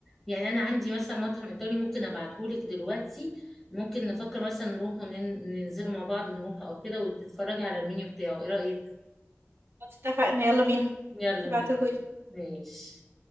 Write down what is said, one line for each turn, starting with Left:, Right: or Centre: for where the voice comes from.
Centre: يعني انا عندي مثلا مطعم ايطالي ممكن ابعتهولك دلوقتي ممكن نفكر مثلا نروح وننزلوا مع بعض نروح او كده وتتفرجي على المنيو بتاعه ايه رايك
Right: خلاص اتفقنا يلا بينا
Centre: يلا
Right: ابعتهولي
Centre: بينا ماشي